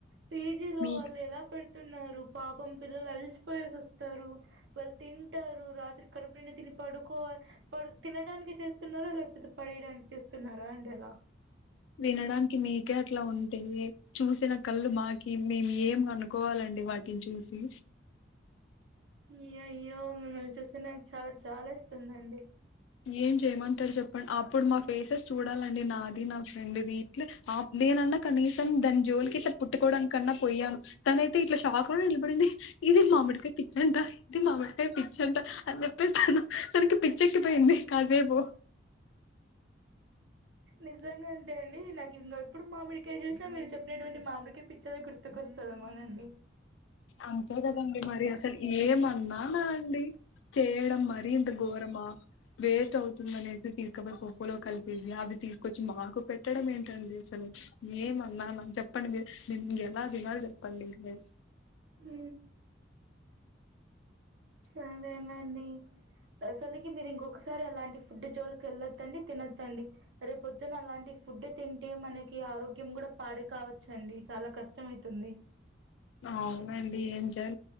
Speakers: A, on the right; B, on the left.
A: పీజీ లో
B: మీ
A: వాళ్ళు ఎలా ప్రిపేర్ చేస్తున్నారు పాపం పిల్లలు అలిసిపోయేసి వస్తారు వాళ్ళు తింటారు రాత్రి కడుపు నిండి తి పడుకో వాళ్ళు తినడానికి చేస్తున్నారా లేకపోతే పడేయడానికి చేస్తున్నారా అండి ఆలా
B: వినడానికి మీకే అట్లా ఉంటే చూసిన కళ్ళు మాకి మేము ఏం కనుకోవాలంట అండి వాటిని చూసి
A: అయ్యో అయ్యో మిమ్మల్ని చూస్తే నాకు చాలా జాలేస్తుంది అండి
B: ఏం చేయమంటారు చెప్పండి అప్పుడు మా ఫేసెస్ చూడాలండి నాది నా ఫ్రెండ్ది ఇట్ నేను న్నా కనీసం దాని జోలికి ఇట్లా పుట్టుకోవడానికన్నా పోయాను తనయితే ఇట్లా షాక్ లో నిలబడింది ఇది మామిడికాయ పిచ్చంట ఇది మామిడికాయ పిచ్చంట అని చెప్పే తాను తనకి పిచ్చి పోయింది కాసేపు
A: నిజంగా అంటే అండి నాకు ఇంకా ఇప్పుడు మామిడికే చూసినా మీరు చెప్పినటువంటి మామిడికి పిచ్చర గుర్తుకొస్తదమోనండి
B: అంతే కదండి మరి అసలు ఏమన్నానా అండి చేయడం మరి ఇంత ఘోరమా వేస్ట్ అవుతు ప అనేసి తీసుకపోయి పప్పులో కలిపేసి అవి తీసుకొచ్చి మాకు పెట్టడం ఏంటండి అసలు ఏం అన్నా చెప్పండి మీరు ఎలా తినాలి చెప్పండి ఇ
A: ఉ సరేనండి అసలుకి మీరు ఇంకొకసారి అలాంటి ఫుడ్ జోలికి వెళ్ళొద్దండి తినొద్దండి రేపు పొద్దున అలాంటి ఫుడ్ తింటే మనకి ఆరోగ్యం కూడా పాడే కావచ్చు అండి చాలా కష్టం అవుతుంది
B: అవునండి ఏం ఇంకా